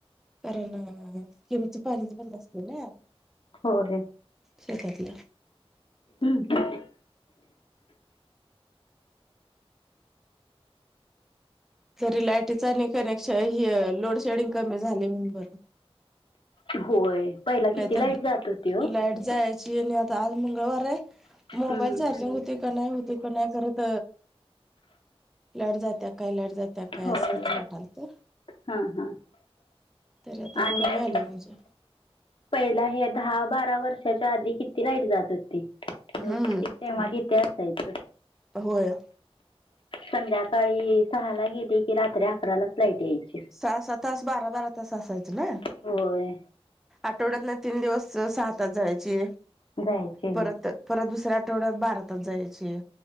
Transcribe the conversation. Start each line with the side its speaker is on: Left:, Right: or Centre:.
Centre: कारण स्किमच पाणीज बंद असत ना.
Left: होय.
Centre: शेतातला.
Left: हम्म.
Centre: तरी लायटीच आणि कनेक्शन ह लोड शेडिंग कमी झाले म्हणून बर.
Left: होय. पहिला किती
Centre: नाहीतर
Left: लाईट जात होती हो.
Centre: लाईट जायची आज मंगळवार मोबाईल
Left: हम्म
Centre: चार्जिंग हो का नाही होत. ते कोण करत लाईट जात्या काय लाईट जात त्या काही
Left: होय
Centre: असंच वाटाल तर
Left: हा हा
Centre: तर आता
Left: आणि
Centre: कमी आले म्हणजे.
Left: पहिला हे दहा बारा वर्षाच्या आधी किती लाइट जात होती लोडेडिंग
Centre: हम्म
Left: तेव्हा किती असायचं.
Centre: होय.
Left: संध्याकाळी सहा ला गेली की रात्री अकरालाच लाईट यायची.
Centre: सहा- सहा तास बारा -बारा तास असायचं ना.
Left: होय.
Centre: आठवड्यात ना तीन दिवस सहा तास जायची
Left: जायचे.
Centre: परत परत दुसऱ्या आठवड्यात बारा तास जायची.